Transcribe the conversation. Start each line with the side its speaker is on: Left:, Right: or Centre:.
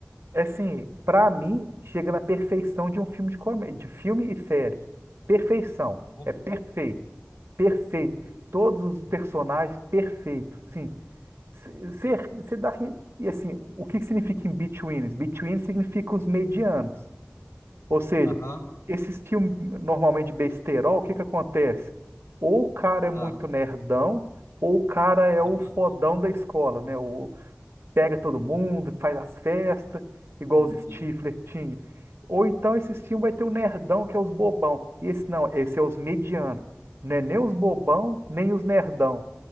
Right: É assim, pra mim, chega na perfeição de um filme de comédia, de filme e série. Perfeição.
Left: Ô,
Right: É
Left: louco.
Right: perfeito. Perfeito. Todos os personagens, perfeito. Sim. Você você dá. ri- E assim, o que que significa in betweens? Between significa os medianos. Ou seja,
Left: Aham,
Right: esses filmes normalmente de besterol, o que que acontece? Ou o cara é
Left: ah,
Right: muito nerdão, ou o cara é
Left: aham,
Right: o fodão da escola, né? O, pega todo mundo, faz as festas, igual
Left: entendi.
Right: os Stifler tinha. Ou então esse filme vai ter o nerdão, que é os bobão. E esse não, esse é os medianos. Não é nem os bobão, nem os nerdão.